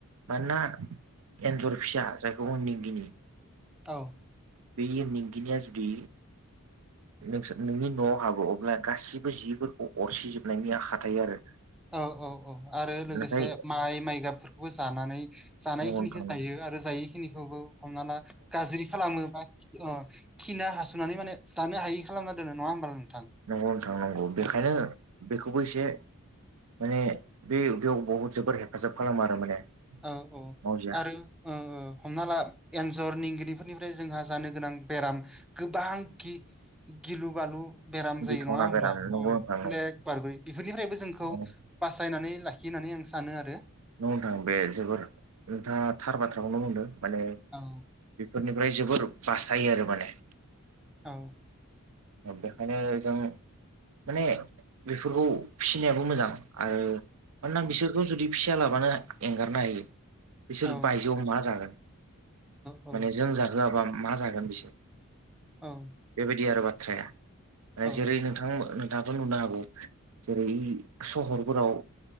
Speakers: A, on the right; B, in the centre.
A: मानोना एन्जर फिसा जायखौ उननि गिनि
B: औ।
A: बेयो इंगिनिया जुदि नोंस नोंनि न'आव हाबो अब्ला गासिबो जिफोरखौ अरसिजोबनायनि आखा थायो आरो।
B: औ औ औ आरो लोगोसे
A: नाथाय
B: माइ माइ गाबफोरखौबो जानानै जानायखिनिखौ
A: नंगौ नोंथां नंगौ।
B: जायो आरो जायैखिनिखौबो हमना ला गाज्रि खालामो बा ओ खिना हासुनानै माने जानो हायि खालामना दोनो नङा होमबा नोंथां?
A: नंगौ नोंथां नंगौ बेखायनो
B: औ औ
A: बेखौबो एसे माने बे-बेयाव बहुद जोबोर हेफाजाब खालामो आरो माने
B: औ औ
A: मावजिया
B: आरो ओ ओ हमना ला एन्जर निंगिनिफोरनिफ्राय जोंहा जानो गोनां बेराम गोबां गि गिलु बालु बेराम जायो
A: गिथावना
B: नङा होमब्ला
A: बेराम नंगौ नोंथां नंगौ
B: ब्लेक बारग'यो बेफोरनिफ्रायबो जोंखौ
A: नंगौ
B: बासायनानै लाखियो होननानै आं सानो आरो।
A: न नोंथां बे जोबोर नोंथाङा थार बाथ्राखौनो होनदों माने
B: औ
A: बे फोरनिफ्राय जोबोर बासायो आरो माने
B: औ।
A: बेखायनो जों माने बेफोरखौ फिसिनायाबो मोजां आरो मानोना बिसोरखौ जुदि फिसा लाबानो एंगारनो हायो बिसोर
B: औ
A: बाय जियाव मा जागोन
B: औ
A: माने जों जाहोआबा मा जागोन बिसोर
B: औ।
A: बेबायदि आरो बाथ्राया
B: औ
A: जेरै नों थां नोंथाङाथ' नुनो हागौ जेरै सहरफोराव